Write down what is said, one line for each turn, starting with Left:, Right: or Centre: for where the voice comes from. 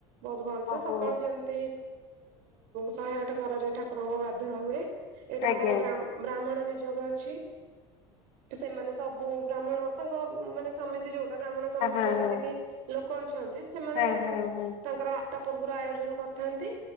Right: ବହୁତ ଭଲ ସେ
Left: ଓହୋ
Right: ସକାଳୁ ଯେମିତି ଶହେ ଆଠ ଗରାରେ ଠାକୁରଙ୍କୁ ଗାଧୁଆ ହୁଏ। ଏଇଠି
Left: ଆଜ୍ଞା
Right: ଆମରା ବ୍ରାହ୍ମଣ ନିଯୋଗ ଅଛି। ସେମାନେ ସବୁ ବ୍ରାହ୍ମଣ ତାଙ୍କ ମାନେ ସମିତି ଯୋଉଟା ବ୍ରାହ୍ମଣ ସମିତିର
Left: ହଁ
Right: ଯେତିକି
Left: ହଁ
Right: ଲୋକ ଅଛନ୍ତି ସେମାନେ
Left: ହଁ ହଁ ହଁ ହଁ
Right: ତାଙ୍କର ତା ପୂର୍ବରୁ ଆୟୋଜନ କରିଥାନ୍ତି।